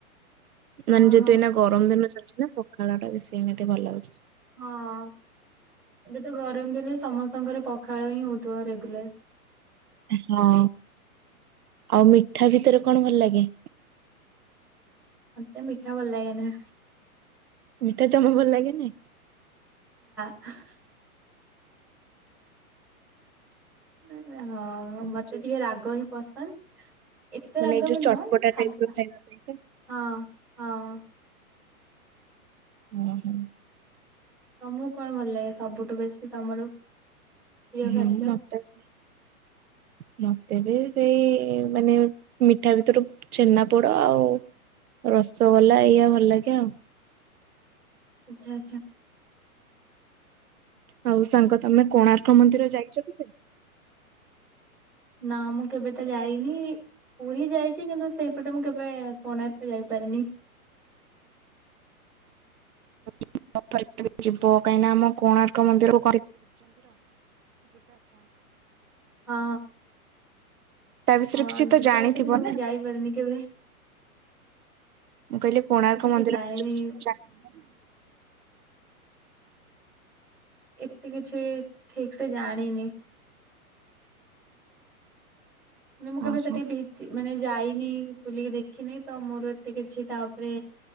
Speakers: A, on the right (about 75°); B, in the centre.
A: ମାନେ
B: ଓହୋ
A: ଯଦି
B: ହଁ
A: ଏ ନା ଗରମ ଦିନ ଚାଲି <inaudible> ପଖାଳଟା ବେଶୀ ଏମିତି ଭଲ୍ ଲାଗୁଛି।
B: ହଁ ଏବେ ତ ଗରମ୍ ଦିନେ ସମସ୍ତଙ୍କର ପଖାଳ ହିଁ ହଉଥିବ ରେଗୁଲାର୍।
A: ହଁ। ଆଉ ମିଠା ଭିତରେ କଣ ଭଲ୍ ଲାଗେ?
B: ମୋତେ ମିଠା ଭଲ୍ ଲାଗେନା।
A: ମିଠା ଜମା ଭଲ୍ ଲାଗେନି?
B: <unintelligible> ନାଇଁ ବା ହଁ ହଁ
A: ଆଉ
B: ମତେ
A: ଯୋଉ
B: ଟିକେ ରାଗ ହି ପସନ୍ଦ୍ ଏତେ
A: ମାନେ
B: ରାଗ
A: ଏଇ ଯୋଉ
B: ବି
A: ଚଟପଟା
B: ନୁହଁ ହାଲ୍କା,
A: ଟାଇପ ର ଖାଇବା ପାଇଁ ତ।
B: ହଁ। ହଁ ।
A: ହୁଁ ହୁଁ ।
B: ତମକୁ କଣ ଭଲ୍ ଲାଗେ ସବୁଠୁ ବେଶୀ ତମର ପ୍ରିୟ
A: ହୁଁ
B: ଖାଦ୍ୟ?
A: <inaudible> ତେବେ ସେଇ ମାନେ ମିଠା ଭିତରୁ ଛେନା ପୋଡ ଆଉ ରସଗୋଲା ଏଇଆ ଭଲ ଲାଗେ ଆଉ ।
B: ଆଛା ଆଛା ।
A: ଆଉ ସାଙ୍ଗ ତମେ କୋଣାର୍କ ମନ୍ଦିର ଯାଇ <inaudible>
B: ନା ମୁଁ କେବେ ତ ଯାଇନି ପୁରୀ ଯାଇଛି କିନ୍ତୁ ସେଇପଟେ ମୁଁ କେବେ କୋଣାର୍କ ଯାଇପାରିନି ।
A: <inaudible> ଯିବ କାହିଁକିନା ଆମ କୋଣାର୍କ ମନ୍ଦିର <inaudible>
B: ହଁ
A: ତା ବିଷୟରେ
B: ହଁ
A: କିଛି ତ
B: ଯିବା
A: ଜାଣିଥିବ
B: କଥା କିନ୍ତୁ
A: ନା
B: ମୁଁ ଯାଇପାରିନି କେବେ ।
A: ମୁଁ କହିଲି କୋଣାର୍କ
B: କିଛି
A: ମନ୍ଦିର
B: ଜାଣିନି।
A: <unintelligible>
B: ଏତେ କିଛି ଠିକ୍ ସେ ଜାଣିନି । ମୁଁ ମୁଁ କେବେ
A: ଓହୋ
B: ସେଠି ବିଚ୍ ମାନେ ଯାଇନି ବୁଲିକି ଦେଖିନି ତ ମୋର ଏତେ କିଛି ତା ଉପରେ